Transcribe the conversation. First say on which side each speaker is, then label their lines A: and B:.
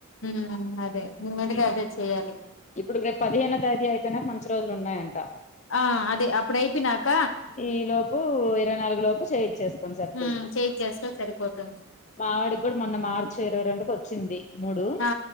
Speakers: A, on the left; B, on the left.
A: ఉమ్ అదే నిమ్మదిగా అదే చెయాలి
B: ఇప్పుడు రేపు పదిహేనో తేదీ అయిపోయినాక మంచి రోజులు ఉన్నాయంట
A: ఆ అదే అప్పుడయిపోయినాక
B: ఈ లోపు ఇరవై నాలుగు లోపు చేయిచ్చేస్ కోని సరిపోయిది
A: ఉమ్ చేయి చేస్తే సరిపోతుంది
B: మావాడికి కూడా మొన్న మార్చి ఇరవై రెండుకి వచ్చింది మూడు
A: ఆ